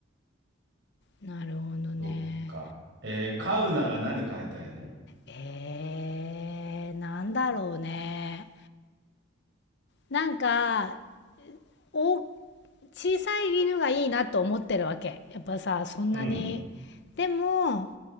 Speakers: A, on the left (about 60°); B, on the right (about 70°).
A: なるほどね
B: そっか。えー飼うなら何飼いたいの
A: えー、なんだろうねなんかお小さい犬がいいなと思ってるわけやっぱさそんなに
B: うん。
A: でも